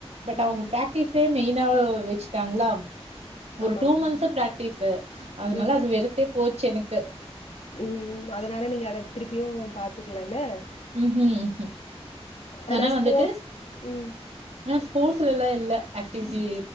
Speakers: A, on the right (about 85°); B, on the left (about 75°).
A: பட்
B: ம்
A: அவுங்க பிராக் டீசே மெயினாவ் வெச்சுட்டாங்ளா ஒரு
B: ஆமாங்க
A: டூ
B: தோழி
A: மந்த்ஸ் பிராக்டிஸு அதனால
B: ம்
A: அது வெறுத்தே போச்சு எனக்கு
B: ம் அதனால நீங்க அத திருப்பியு பாத்துக்கலல்ல
A: ம் ஹும் ஹும்
B: வேற
A: ஆனா வந்துட்டு
B: ஸ்போர்ட்ஸ் ம்
A: ஆனா ஸ்போர்ட்ஸ்ல எல்லா இல்ல ஆக்டிவிட்டி